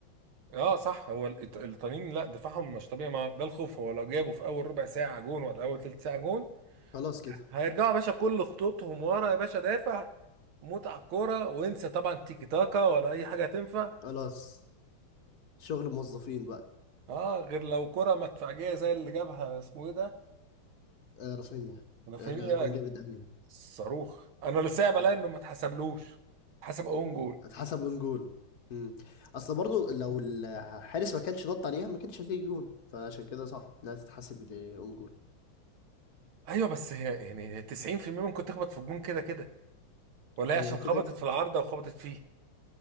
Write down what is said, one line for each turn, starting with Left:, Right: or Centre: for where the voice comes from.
Right: اه صح هو الإيط- الايطاليين لا دفاعهم مش طبيعي ما ده الخوف هو لو جابوا في اول ربع ساعه جون ولا اول تلت ساعه جون
Left: خلاص كده
Right: هيرجعوا يا باشا كل خطوطهم ورا يا باشا دافع موت على الكوره وانسى طبعا تيكي تاكا ولا اي حاجه تنفع
Left: خلاص شغل موظفين بقى
Right: اه غير لو كرة مدفعجيه زي اللي جابها اسمه ايه ده
Left: آه رافينيا
Right: رافينيا
Left: يا جدع جون جامد قوي
Right: صاروخ انا لسه بلاقي
Left: آه،
Right: انه ما اتحسبلوش حسب اون جول
Left: اتحسب اون جول مم. اصل برضو لو الحارس ما كانش نط عليها ما كانش هتيجي جون فعشان كده صح انها تتحسب اون جول
Right: ايوه بس هي يعني 90% ممكن تخبط في الجون كده كده ولا هي
Left: هي
Right: عشان
Left: كده
Right: خبطت في العارضه وخبطت فيه